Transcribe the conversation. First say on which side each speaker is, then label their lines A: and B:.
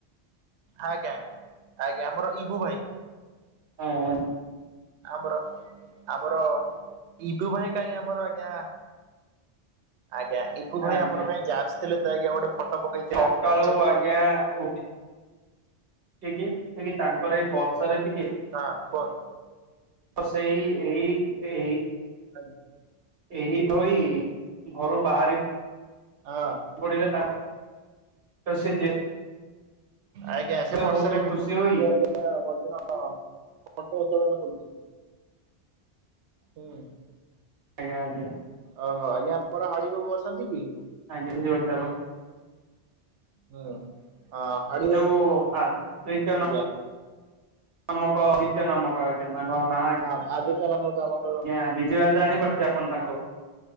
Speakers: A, on the right; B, on the right.
A: ଆଜ୍ଞା ଆଜ୍ଞା। ଆଜ୍ଞା ଆମର ଇବୁ ଭାଇ
B: ହଁ।
A: ଆମର ଆମର ଇବୁ ଭାଇ କାଇହିଁ ଆମର ଆଜ୍ଞା ଆଜ୍ଞା ଇବୁ
B: ଆଜ୍ଞା
A: ଭାଇ ଆମର କାଇହିଁ ସେ ଆସିଥିଲେ ତ ଆଜ୍ଞା ଫଟୋ ପକେଇଥିଲେ
B: ସକାଳୁ
A: ଆମେ ଦେଖିଛୁ
B: ଆଜ୍ଞା ଉଠି ଉଠିକି ଠିକି ତାଙ୍କର ଏଇ ବର୍ଷରେ ଟିକେ
A: ହଁ କୁହ
B: ସେଇ ଏହି ଏହି
A: ଆଜ୍ଞା।
B: ଏଇ ଭଳି ଘରୁ ବାହାରି
A: ହଁ।
B: ଗଡିଲେ ତାଙ୍କ ତ ସେ ଯେତେ
A: ଆଜ୍ଞା ସେ ବର୍ଷରେ
B: ବହୁତ ଖୁସି
A: ଭିଜି
B: ହୋଇଥିଲେ
A: ଯାଇଛନ୍ତି। ହଁ ପଦିନ ହଁ ପତକା ଉତ୍ତୋଳନ କରୁଛନ୍ତି। ହୁଁ।
B: ଆଜ୍ଞା ଆଜ୍ଞା।
A: ଓହୋ ଆଜ୍ଞା ଆମର ହାଡି ବାବୁ ଅଛନ୍ତି କି?
B: ଆଜ୍ଞା ବୁଝିପାରୁଛି ଆପଣ
A: ହୁଁ ଆ ହାଡି ବା
B: ଯୋଉ ଆଦିତ୍ୟ
A: ଆଜ୍ଞା।
B: ନାମକ ଆଦିତ୍ୟ ନାମକ ଆଜ୍ଞା ତାଙ୍କ ନାଁ
A: ହଁ ଆଜିିକ ନମ ଦବ <unintelligible>
B: ଆଜ୍ଞା ଜଣିପାରୁଛି ଆପଣ ତାଙ୍କୁ